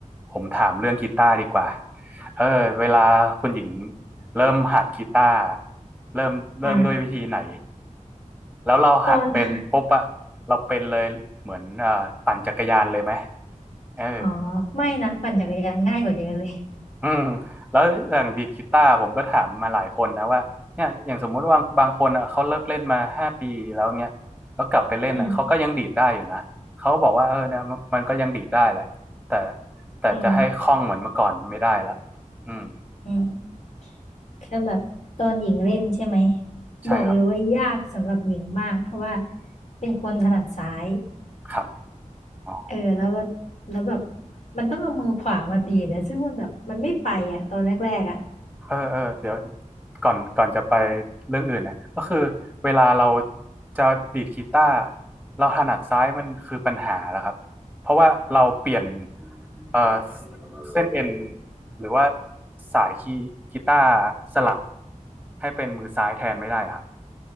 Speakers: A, in the centre; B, on the left.
A: ผมถามเรื่องกีตาร์ดีกว่าเออเวลาคุณหญิงเริ่มหัดกีตาร์เริ่มเริ่มด้วยวิธีไหน
B: อ่ะ
A: แล้วเราหัดเป็นปุ๊บอะเราเป็นเลยเหมือนเอ่อปั่นจักรยานเลยไหม
B: ตอนค่ะ
A: เออ
B: อ๋อไม่นะปั่นจักรยานง่ายกว่าเยอะเลย
A: อืมแล้วอย่างดีดกีตาร์ผมก็ถามมาหลายคนนะว่าเนี่ยอย่างสมมุติว่าบางคนอ่ะเขาเลิกเล่นมาห้าปีแล้วเนี่ยแล้วกลับไปเล่นอ่ะเขาก็ยังดีดได้อยู่นะเขาบอกว่าเออเนี่ยมันมันก็ยังดีดได้แหละแต่
B: อืม
A: แต่จะให้คล่องเหมือนเมื่อก่อนไม่ได้ละ
B: อืม
A: อืม
B: อืม คือแบบตอนหญิงเล่นใช่ไหม
A: ใช่ครับ
B: บอกเลยว่ายากสำหรับหญิงมากเพราะว่าเป็นคนถนัดซ้าย
A: ครับอ๋อ
B: เออแล้วก็แล้วแบบมันต้องเอามือขวามาดีดอะซึ่งมันแบบมันไม่ไปอ่ะตอนแรกๆอ่ะ
A: เออเออเดี๋ยวก่อนก่อนจะไปเรื่องอื่นนะก็คือเวลาเราจะดีดกีตาร์เราถนัดซ้ายมันคือปัญหาแล้วครับเพราะว่าเราเปลี่ยนเออเส้นเอ็นหรือว่าสายคีย์กีตาร์สลับให้เป็นมือซ้ายแทนไม่ได้ครับ